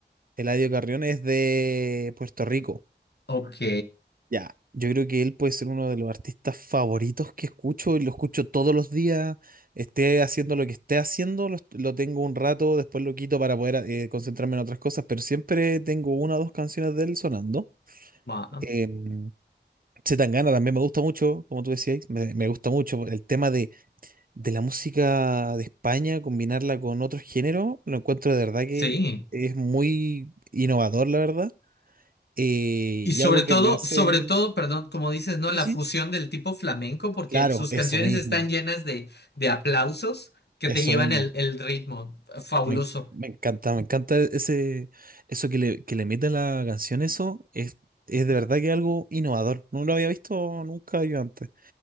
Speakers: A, on the right; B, on the left.
A: Eladio Carrión es de Puerto Rico.
B: Ok.
A: Ya. Yo creo que él puede ser uno de los artistas favoritos que escucho y lo escucho todos los días. Esté haciendo lo que esté haciendo, lo, est- lo tengo un rato, después lo quito para poder eh, concentrarme en otras cosas, pero siempre tengo una o dos canciones de él sonando.
B: Va,
A: Em, C. Tangana también me gusta mucho, como tú decías, me, me gusta mucho. El tema de, de la música de España, combinarla con otros géneros, lo encuentro de verdad que
B: Sí.
A: es muy innovador, la verdad. Eh,
B: Y sobre
A: y algo
B: todo,
A: que me hace...
B: sobre todo, perdón, como dices, ¿no?
A: Sí,
B: La
A: sí.
B: fusión del tipo flamenco, porque
A: Claro,
B: sus
A: eso
B: canciones
A: mismo,
B: están llenas de, de aplausos que
A: eso
B: te llevan
A: mismo.
B: el, el ritmo. Fabuloso.
A: Me, me encanta, me encanta ese, eso que le, que le mete a la canción, eso es, es de verdad que algo innovador. No lo había visto nunca yo antes.